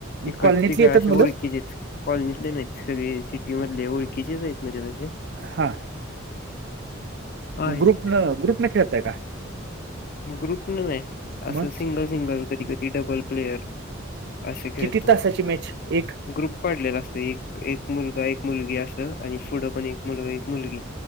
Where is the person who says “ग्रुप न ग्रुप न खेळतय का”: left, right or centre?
Right